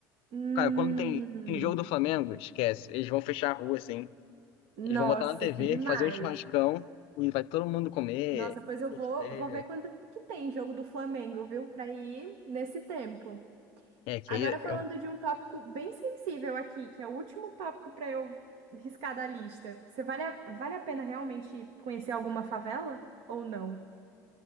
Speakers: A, on the right; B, on the left.
A: Hum,
B: Cara, quando tem, tem jogo do Flamengo, esquece. Eles vão fechar a rua, assim.
A: nossa,
B: Eles vão botar na TV,
A: que demais!
B: fazer um churrascão e vai todo mundo comer,
A: Nossa, pois eu
B: torcer.
A: vou, vou ver quanto que tem jogo do Flamengo, viu? Pra ir nesse tempo.
B: É, que
A: Agora
B: aí.
A: falando
B: Eu...
A: de um tópico bem sensível aqui, que é o último tópico pra eu riscar da lista. Você vale a, vale a pena realmente conhecer alguma favela ou não?